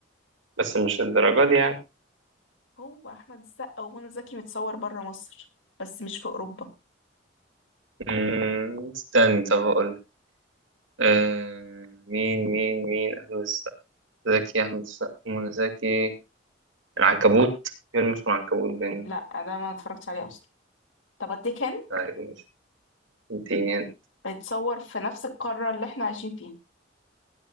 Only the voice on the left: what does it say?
هو احمد السقا ومنى زكي متصور بره مصر بس مش في اوروبا
لا ده ما اتفرجتش عليه اصلا طب اديك هند
بيتصور في نفس القاره اللي احنا عايشين فيها